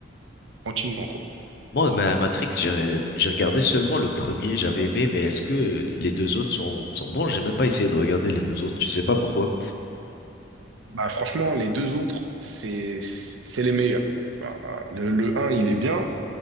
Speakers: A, on the right; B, on the left.
A: tranquillement, quoi.
B: Moi, ma Matrix, j'ai j'ai regardé seulement le premier, j'avais aimé, mais est-ce que les deux autres sont, sont bons? J'ai même pas essayé de regarder les deux autres, je sais pas pourquoi.
A: Bah franchement, les deux autres, c'est c'est c'est les meilleurs. Bah, voilà. le, le un il est bien,